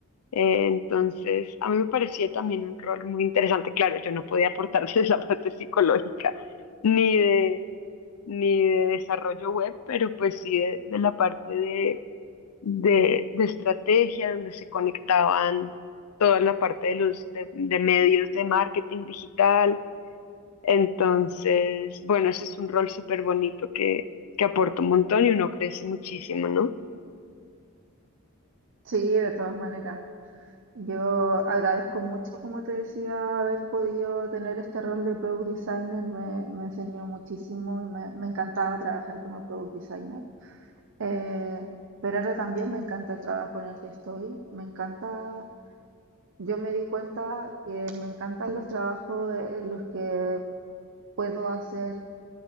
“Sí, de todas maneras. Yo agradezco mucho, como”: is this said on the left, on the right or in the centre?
Right